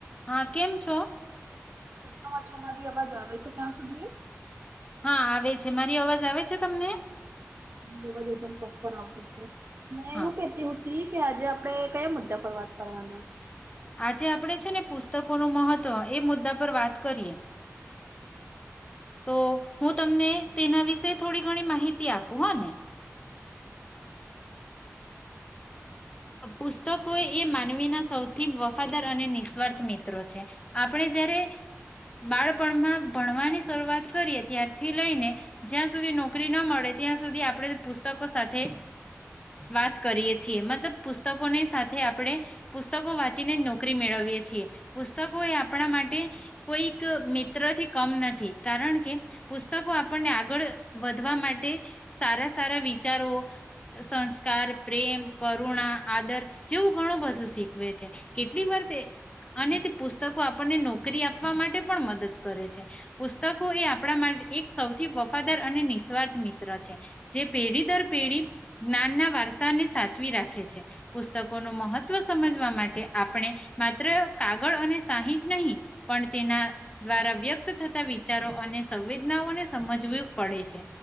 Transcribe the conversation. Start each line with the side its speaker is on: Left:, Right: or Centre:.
Left: હા, કેમ છો?
Right: મજામાં છુ. મારી અવાજ આવે છે ત્યાં સુધી?
Left: હા આવે છે. મારી અવાજ આવે છે તમને?
Right: તમારું અવાજ એકદમ પ્રોપર આવતું છે. મે
Left: હા
Right: હું કેહતી હ તી કે આજે આપડે કયે મુદ્દા પર વાત કરવાના?
Left: આજે આપડે છે ને પુસ તકોનો મહત્વ, એ મુદ્દા પર વાત કરીએ. તો હું તમને તેના વિશે થોડી ઘણી માહિતી આપું હો ને.
Right: હમ.
Left: અ પુસ્તકો એ માનવીના સૌથી વફાદાર અને નિસ્વાર્થ મિત્રો છે. આપણે જયારે બાળપણમાં ભણવાની શરૂઆત કરીએ ત્યારથી લઈને જ્યાં સુધી નોકરી ના મળે ત્યાં સુધી આપણે પુસ્તકો સાથે વાત કરીએ છીએ મતલબ પુસ્તકોની સાથે આપણે પુસ્તકો વાંચીને જ નોકરી મેળવીએ છીએ. પુસ્તકો એ આપણા માટે કોઈક મિત્ર થી કમ નથી કારણ કે પુસ્તકો આપણને આગળ વધવા માટે સારા સારા વિચારો સંસ્કાર, પ્રેમ, ક કરુણા, આદર જેવું ઘણું બધું શીખવે છે. કેટલી વાર તે અને તે પુસ્તકો આપણને નોકરી આપવા માટે પણ મદદ કરે છે. પુસ્તકો એ આપણા માટે એક સૌથી વફાદાર અને નિસ્વાર્થ મિત્ર છે. જે પેઢી દર પેઢી જ્ઞાનના વારસાને સાચવી રાખે. ખે છે. પુસ્તકોનું મહત્વ સમજવા માટે આપણે માત્ર કાગળ અને સાહી જ નહીં પણ તેના દ્વારા વ્યક્ત થતા વિચારો અને સંવેદનાઓને સમજવું પડે છે.